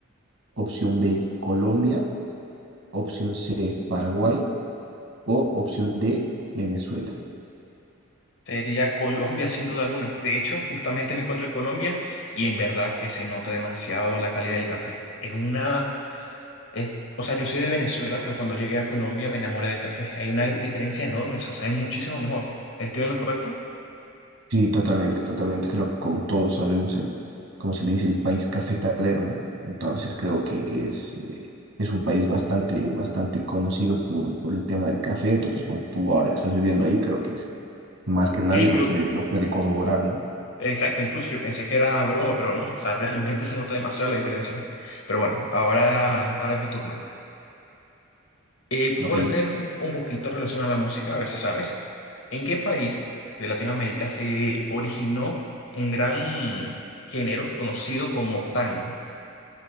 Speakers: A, on the right (about 75°); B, on the left (about 65°).
A: Opción B, Colombia. Opción C, Paraguay. O opción D, Venezuela.
B: Sería Colombia <laughs> sin duda alguna. De hecho, justamente me encuentro en Colombia y en verdad que se nota demasiado la calidad del café. Es una Eh, o sea, yo soy de Venezuela, pero cuando llegué a Colombia me enamoré del café. Hay una diferencia enorme, o sea, sabe muchísimo mejor. ¿Estoy en lo correcto?
A: Sí, totalmente, totalmente. Creo que como todos sabemos, el, como se le dice, el país cafetalero, ¿no? Entonces creo que es, eh, es un país bastante, bastante conocido por, por el tema del café. Entonces, bueno, tú ahora que estás viviendo ahí, creo que es Más que nadie
B: Sí, inclu-
A: lo puede, lo puede corroborar, ¿no?
B: exacto, incluso yo pensé que era broma, pero no, o sea, <laughs> realmente se nota demasiado la diferencia. Pero bueno, ahora, ahora es mi turno. Eh,
A: Ok,
B: bueno, esta es un, un poquito relacionada a la música, a ver si sabes. ¿En qué país de Latinoamérica se originó un gran género conocido como tango?